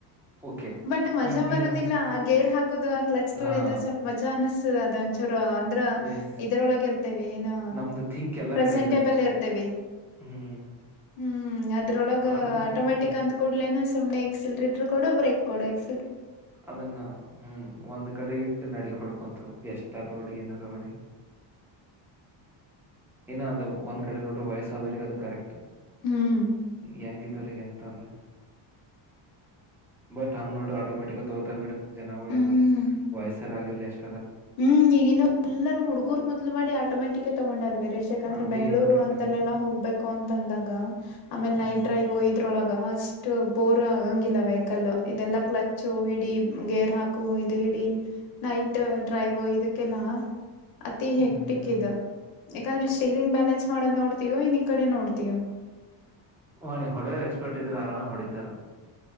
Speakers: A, in the centre; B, on the left (about 50°).
A: ಓಕೆ
B: ಬಟ್ ಮಜಾ
A: ಈಗ ನೀ
B: ಬರುದಿಲ್ಲ
A: ಹಂಗ
B: ಆ ಗೇರ್ ಹಾಕುದು ಆ ಕ್ಲಚ್ ತೊಳೆದು
A: ಹಾ
B: ಸ್ವಲ್ಪ ಮಜಾ ಅನಸತುದು ಅದಂಟ ಅಂದ್ರ
A: ಎಸ್
B: ಇದರೊಳಗ ಇರ್ತೇವಿ ಏನು
A: ನಮ್ದು ಥಿಂಕ್ ಎಲ್ಲಾ
B: ಪ್ರೆಸೆಂಟೇಬಲ್
A: ಕಡೆ ಇರುತ್ತ
B: ಇರ್ತೇವಿ
A: ಹ್ಮ್
B: ಹ್ಮ್ ಅದ್ರೊಳಗ
A: ಆಟೋಮೆಟಿಕ್
B: ಆಟೋಮ್ಯಾಟಿಕ್
A: ಏನ್
B: ಅಂದ್ಕೂಡ್ಲೇನ ತಮ ಎಕ್ಸಿರೆಟರ್ ಕೊಡ ಬ್ರೆಕ್ ಕೊಡಕ್
A: ಅದನ್ನ ಹ್ಮ್ ಒಂದ್ ಕಡೆ ಇಟ್ಟು ನಡ ಹೊಡ್ಕೊಂತು ಎಷ್ಟಾರ ಹೊೋಡಿ ಏನಾರ ಹೊಡಿ ಏನ ಅದು ಒಂದ್ ಕಡೆ ನೋಡ್ರರು ವಯಸ್ಸಾದ್ರಗ ಅದು ಕರೆಕ್ಟ್
B: ಹ್ಮ್
A: ಹೆಂಗಿದರಿರಿಗೆಂತ ಅಲ್ಲ ಬಟ್ ಹಂಗ್ ನೋಡ್ರಿ ಆಟೋಮೆಟಿಕ್ ತಗೋತಾರ್ ಬಿಡ ಜನಗಳ್ೆಲ್ಲಾ
B: ಹ್ಮ್
A: ವಯಸ್ಸರ ಆಗಿರ್ಲಿ ಅಷ್ಟ
B: ಹ್ಮ್ ಈಗಿನ್ನ ಎಲ್ಲರೂ ಹುಡ್ಗೂರ್ ಮೊದ್ಲು ಮಾಡಿ ಆಟೋಮ್ಯಾಟಿಕ್ ತಗೊಂಡಾರಬೇಕ ಬೇಸಿಕ್ ಅಂದ್ರೆ
A: ಅದೇನ್
B: ಬೆಂಗ್ಗಳೂರು
A: ಆಟೋಮೆಟಿಕ್
B: ಅಂತಲ್ಲೆಲ್ಲಾ ಹೋಗ್ಬೇಕು ಅಂತ ಅಂದಾಗ ಆಮೇಲೆ
A: ಹ್ಮ್
B: ನೈಟ್ ಡ್ರೈವ್ ಇದ್ರೊಳಗ ಅ ಸ್ ಥೂ ಬೋರ್ ಆಗಂಗಿಲ್ಲ ವೆಹಕಲ್ ಇದೆಲ್ಲಾ ಕ್ಲಚ್ು ಹಿಡಿ ಗೇರ್ ನಾಕು ಐದು ಹಿಡ ನೈಟ್ ಡ್ರೈವ್ ಇದಕ್ಕೆಲ್ಲ ಅತಿ
A: ಹ್ಮ್
B: ಹೆಕ್ಟಿಕ್
A: ಹ್ಮ್
B: ಇದು ಯಾಕಂದ್ರೆ ಶೇರಿಂಗ್ ಬ್ಯಾಲೆನ್ಸ್ ಮಾಡೋದ್ ನೋಡ್ತೀಯೋ ಇನ್ ಈ ಕಡೆ ನೋಡ್ತೀಯೋ
A: ಮಣೆ ಹೊಡೆಯರ್ ಎಕ್ಸ್ಪರ್ಟ್ ಇದ್ರೆ ಆರಾಮ್ ಹೊಡಿತಾರ